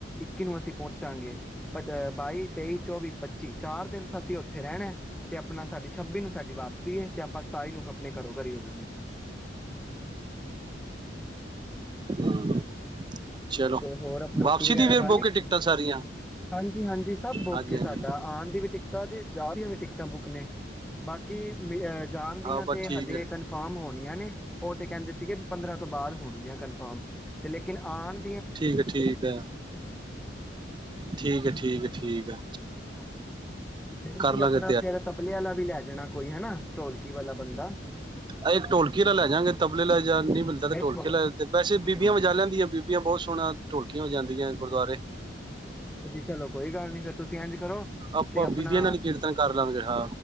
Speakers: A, in the centre; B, on the right.
A: ਇੱਕੀ ਨੂੰ ਅਸੀਂ ਪਹੁੰਚਾਂਗੇ ਪਰ ਬਾਈ, ਤੇਈ, ਚੌਵੀ, ਪੱਚੀ ਚਾਰ ਦਿਨ ਅਸੀਂ ਉੱਥੇ ਰਹਿਣਾ ਤੇ ਆਪਣਾ ਸਾਡੀ ਛੱਬੀ ਨੂੰ ਸਾਡੀ ਵਾਪਸੀ ਏ ਤੇ ਆਪਾਂ ਸਤਾਹੀ ਨੂੰ ਆਪਣੇ ਘਰੋਂ ਘਰੇ ਹੋ ਜਾਣਾ ਏ।
B: ਹੂੰ ਚਲੋ,
A: ਤੇ ਹੋਰ ਆਪਣੀ ਰੋਟੀ
B: ਵਾਪਸੀ
A: ਵਗੈਰਾ
B: ਦੀ ਵੀ
A: ਖਾ
B: ਬੁੱਕ
A: ਲਈ
B: ਨੇ ਟਿਕਟਾਂ ਸਾਰੀਆਂ
A: ਹਾਂਜੀ, ਹਾਂਜੀ ਸਭ ਬੁੱਕ
B: ਹਾਂਜੀ
A: ਹੈ
B: ਹਾਂਜੀ
A: ਸਾਡਾ ਆਣ ਦੀ ਵੀ ਟਿਕਟਾਂ ਤੇ ਜਾਣ ਦੀਆਂ ਵੀ ਟਿਕਟਾਂ ਬੁੱਕ ਨੇ ਬਾਕੀ ਜਾਣ ਦੀਆਂ
B: ਹਾਂ ਬਸ
A: ਤੇ
B: ਠੀਕ
A: ਹਜੇ
B: ਹੈ
A: ਕਨਫਰਮ ਹੋਣੀਆਂ ਨੇ ਉਹ ਤੇ ਕਹਿੰਦੇ ਸੀਗੇ ਪੰਦਰਾਂ ਤੋਂ ਬਾਅਦ ਹੋਣਗੀਆਂ ਕਨਫਰਮ ਤੇ ਲੇ ਕਿਨ ਆਣ
B: ਠੀਕ ਹੈ, ਠੀਕ ਹੈ। ਠੀਕ ਹੈ, ਠੀਕ ਹੈ, ਠੀਕ ਆ।
A: ਹਾਂਜੀ, ਤੇ ਤੁਸੀਂ
B: ਲਾਂਗੇ
A: ਆਪਣਾ ਫੇਰ ਤਬਲੇ ਵਾਲਾ ਵੀ ਲੈ ਜਾਣਾ ਕੋਈ ਹਨਾ ਢੋਲਕੀ ਵਾਲਾ ਬੰਦਾ
B: ਆ ਇੱਕ ਢੋਲਕੀ ਆਲਾ ਲੈ ਜਾਗੇ ਤਬਲੇ ਆਲਾ ਜੇ ਨਹੀਂ ਮਿਲਦਾ ਤੇ
A: ਦੇਖੋ
B: ਢੋਲਕੀ ਲੈ, ਵੈਸੇ ਬੀਬੀਆਂ
A: ਹਾਂ
B: ਵਜਾ ਲਿਆਂਦੀਆਂ ਬੀਬੀਆਂ ਬਹੁਤ ਸੋਹਣਾ ਢੋਲਕੀਆਂ ਹੋ ਜਾਂਦੀਆਂ ਗੁਰਦੁਆਰੇ
A: ਐਸ ਜੀ ਚਲੋ ਕੋਈ ਗੱਲ ਨੀ ਫੇਰ ਤੁਸੀਂ ਇੰਝ ਕਰੋ ਤੁਸੀਂ
B: ਆਪਾਂ
A: ਆਪਣਾ
B: ਬੀਬੀਆਂ ਨਾਲ ਕੀਰਤਨ ਕਰ ਲਾਂਗੇ ਹਾਂ